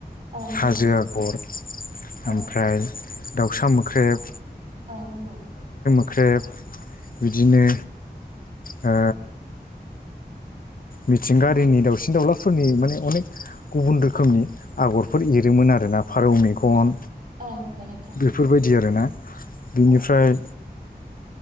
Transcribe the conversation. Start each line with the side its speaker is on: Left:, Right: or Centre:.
Right: औ नंगौ
Left: हाजो
Right: नोंथां
Left: आगर,
Right: औ
Left: ओमफ्राय दाउसा मोख्रेब,
Right: औ नंगौ
Left: ख्रेब बिदिनो ओ मिथिंगायारिनि दाउसिन - दाउलाफोरनि माने अनेक गुबुन रोखोमनि आगरफोर एरोमोन आरो ना फारौ मेगन
Right: औ नंगौ नोंथां
Left: बेफोरबायदि आरो ना बिनिफ्राय
Right: औ